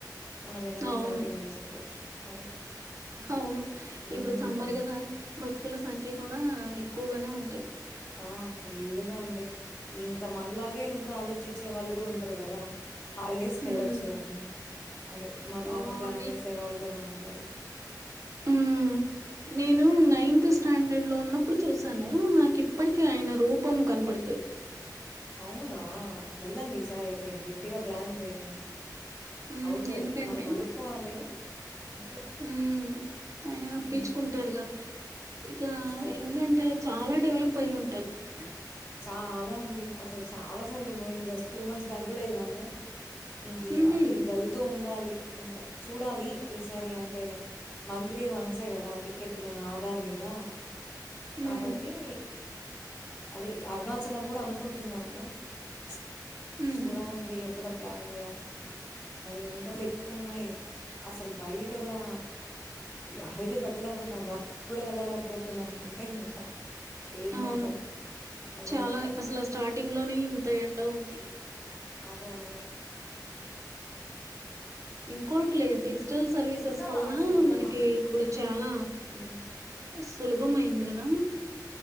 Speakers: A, on the left (about 25°); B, on the right (about 45°).
A: మనం ఏదనా
B: అవును.
A: షాపింగ్ చేసుకోవచ్చు. అది.
B: అవును
A: హ్మ్.
B: ఇప్పుడు సమ్మర్. అవే కదా భక్తుల సంఖ్యే. కూడా ఎక్కువగానే ఉంటది.
A: ఆహ్ ఫుల్గా అండి ఇంకా మనలాగే ఇంకా ఆలోచించే వాళ్ళు కూడా ఉంటారు కదా. హాలిడేస్కి
B: హ్మ్.
A: వెళ్ళొచ్చు అని అదే మనలాగా
B: ఆహ్,
A: ప్లాన్ చేసే వాళ్ళు కూడా ఉంటారు.
B: ఉమ్ నేను నైన్త్ స్టాండర్డ్ లో ఉన్నప్పుడు చూసాను. నాకు ఇప్పటికి ఆయన రూపం కనబడుతది.
A: అవునా వెళ్ళండి ఈసారి అయితే గట్టిగా ప్లాన్ చేయండి.
B: ఉమ్
A: అవుతది.
B: ఎందుకంటే
A: మనం అనుకోవాలి. అంతే.
B: ఉమ్ ఆయన రప్పించుకుంటారుగా
A: హ్మ్.
B: ఇంకా
A: వస్తారు.
B: ఎందుకంటే
A: వస్తారు.
B: చాలా డెవలప్ అయి ఉంటది. ఉమ్.
A: చాలా అండి అసలు చాలా అసలు మేము జస్ట్ టూ మంత్స్ బ్యాక్ కూడా వెళ్ళాము. ఇంక
B: హుహు.
A: అది వెళ్తూ ఉండాలి. ఇంకా చూడాలి ఈసారి అంటే మంత్లీ వన్సే కదా టికెట్ మీద ఆధార్ మీద.
B: హ్మ్.
A: కాబట్టి. అదే అరుణాచలం కూడా అనుకుంటున్నాము ప్చ్.
B: హుహు.
A: చూడాలండి అక్కడ. ప్లాన్ ద. మళ్ళి ఎండలు ఎక్కువ ఉన్నాయి. అసలు బయట కూడా అడుగు పెట్టలేకపోతున్నాం. వర్క్ కూడా వెళ్ళలేకపోతున్నాం అంతే ఇంకా. ఏం
B: అవును
A: జేద్దాం? అదే
B: చాలా
A: గదా!
B: అసలు ఆ స్టార్టింగ్ లోనే ఇంత ఎండ ఉంది.
A: అదే అదే.
B: ఇంకోటి లేడీస్. చల్ల్ సర్వీసెస్
A: ఇంకా
B: వలన
A: అసలు
B: మనకి
A: ఇది
B: ఇప్పుడు చాలా
A: ఉమ్.
B: సులభం అయింది కదా